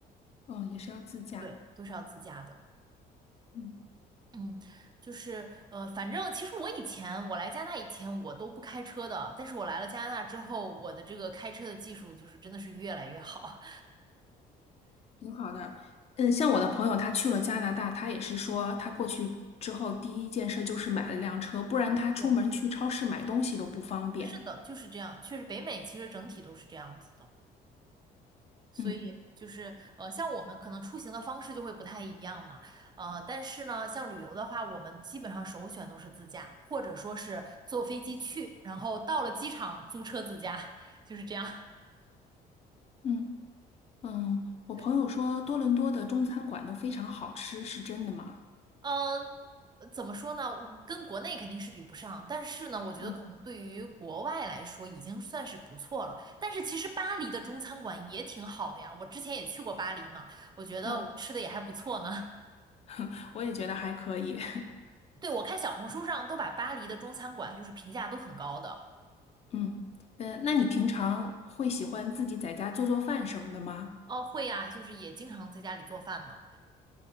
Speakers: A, on the left; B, on the right.
A: 嗯，也是要自驾。
B: 对，都是要自驾的。
A: 嗯。
B: 嗯，就是呃，反正其实我以前我来加拿大以前我都不开车的，但是我来了加拿大之后，我的这个开车的技术就是真的是越来越好。
A: 挺好的，嗯，像我的朋友，他去了加拿大，他也是说，他过去之后第一件事就是买了辆车，不然他出门去超市买东西都不方便。
B: 对是的，就是这样。确实，北美其实整体都是这样子的，所以就是呃，
A: 嗯
B: 像我们可能出行的方式就会不太一样嘛。呃，但是呢，像旅游的话，我们基本上首选都是自驾，或者说是坐飞机去，然后到了机场租车自驾，<laughs> 就是这样。
A: 嗯嗯，
B: <laughs>
A: 我朋友说多伦多的中餐馆都非常好吃，
B: 对。
A: 是真的吗？
B: 嗯，呃怎么说呢？我跟国内肯定是比不上，但是呢，我觉得可能对于国外来说已经算是不错了。
A: 嗯
B: 但是其实巴黎的中餐馆也挺好的呀，我之前也去过巴黎嘛，我觉得我吃的也还不错呢。
A: 嗯，<laughs> 我也觉得还可以。<laughs>
B: <laughs> 对，我看小红书上都把巴黎的中餐馆就是评价都很高的。
A: 嗯嗯，呃那你平常会喜欢自己在家做做饭什么的吗？
B: 哦，会呀，就是也经常在家里做饭呢。